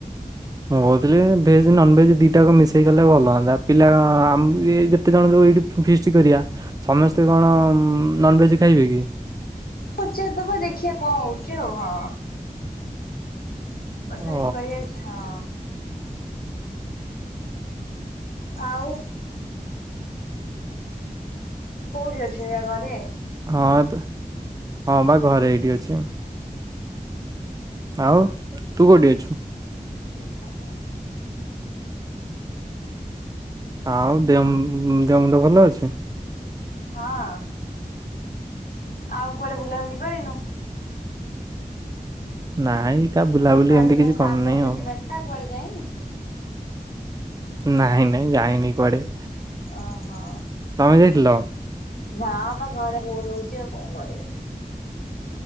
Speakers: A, on the right; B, on the left.
A: ମୁଁ କହୁଥିଲି ଭେଜ ନନ ଭେଜ ଦିଟାକ ମିଶେଇ କଲେ ଭଲ ହନ୍ତା ପିଲା ଯେତେ ଜଣ ଯୋଉ ଏଇଠି ଫିଷ୍ଟ କରିବା ସମସ୍ତେ କଣ ନନଭେଜ ଖାଇବେ କି?
B: ପଚାରିଦବା ଦେଖିବା କଣ ହୋଉଛି ଆଉ ହଁ ପଚାରୀକି
A: ଓ
B: କହିଆ ହଁ ଆଉ? କୋଉଠି ଅଛ ଏଇଆ ଘରେ
A: ହଁ ହଁ ତ ହଁ ବା ଘରେ ଏଇଠି ଅଛି। ଆଉ ତୁ କୋଉଠି ଅଛୁ?
B: ସେଇ ଘରେ ଆଉ।
A: ଆଉ ଦେହ ମୁ ଦେହ ମୁଣ୍ଡ ଭଲ ଅଛି?
B: ହଁ ଆଉ କୁଆଡେ ବୁଲାବୁଲି କରିନୁ?
A: ନାଇଁ କା ବୁଲାବୁଲି
B: କାଲି
A: ଏମିତି
B: କଣ
A: କିଛି
B: ସ୍ନାନ
A: କରୁନାହିଁ
B: ପୂର୍ଣ୍ଣିମା
A: ଆଉ।
B: ଥିଲା କୁଆଡେ ଯାଇନୁ?
A: ନାଇଁ ନାଇଁ ଯାଇନି କୁଆଡେ।
B: ଓହୋ
A: ତମେ ଯାଇଥିଲ
B: ନା ବା ଘରେ ବୋର ହୋଉଛି ଆଉ କଣ କରିବି?